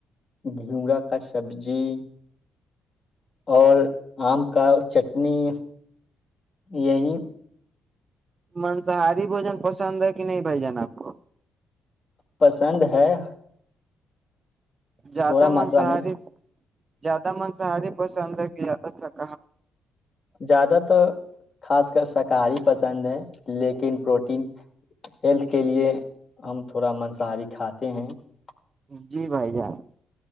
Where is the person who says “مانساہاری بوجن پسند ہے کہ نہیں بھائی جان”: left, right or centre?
Right